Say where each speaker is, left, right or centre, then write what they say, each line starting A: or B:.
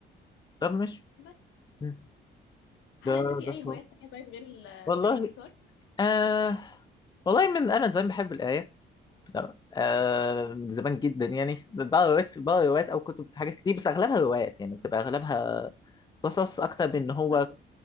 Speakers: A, on the left (about 20°); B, on the left (about 80°).
A: طب مش
B: بس
A: م.
B: هل
A: ده
B: انت في
A: ده
B: اي هوايات
A: حوار.
B: تانية طيب غير ال...
A: والله
B: غير الجيتار
A: آه والله من انا زمان بحب القرايه لا آه من زمان جدا يعني بقرا روايات بقرا روايات او كتب في حاجات كتير بس اغلبها روايات يعني بتبقى اغلبها قصص اكتر من ان هو
B: قصة